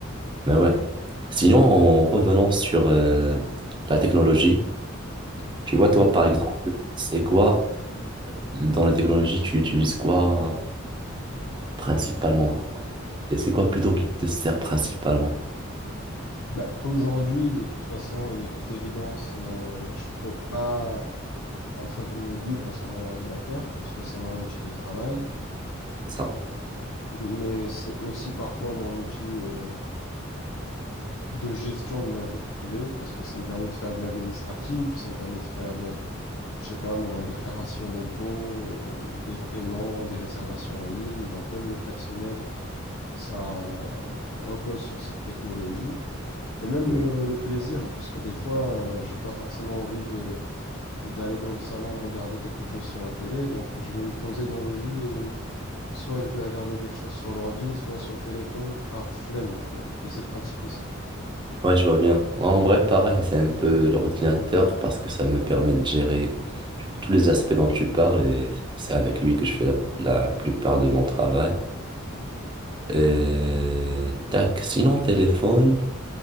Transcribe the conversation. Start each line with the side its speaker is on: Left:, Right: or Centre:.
Right: mais ouais. Sinon, en revenant sur euh, la technologie, tu vois,
Left: Mhm.
Right: toi, par exemple, c'est quoi, dans la technologie, tu utilises quoi? Principalement. Et c'est quoi plutôt qui te sert principalement?
Left: bah, aujourd'hui de toute façon et de toute évidence, euh, je peux pas. entre guillemets, vivre sur mon ordinateur, puisque c'est mon outil de travail,
Right: Ça.
Left: mais c'est aussi parfois mon outil euh, de gestion de ma vie privée, parce que ça me permet de faire de l'administratif, ça me permet de faire de, je sais pas moi, déclaration d'impôts, euh, des paiements, des réservations en ligne, donc même le personnel, ça repose sur cette technologie. Et même
Right: Mm.
Left: le, le plaisir, parce que des fois, euh, j'ai pas forcément envie de d'aller dans le salon regarder quelque chose sur la télé, donc je vais me poser dans le lit et Soit je vais regarder quelque chose sur l'ordi, soit sur le téléphone par flemme, tu vois. Et c'est pratique aussi.
Right: Ouais, je vois bien. En vrai, pareil, c'est un peu l'ordinateur parce que ça me permet de gérer tu vois, tous les aspects dont tu parles et c'est avec lui que je fais la, la plupart de mon travail. Et tac, sinon téléphone,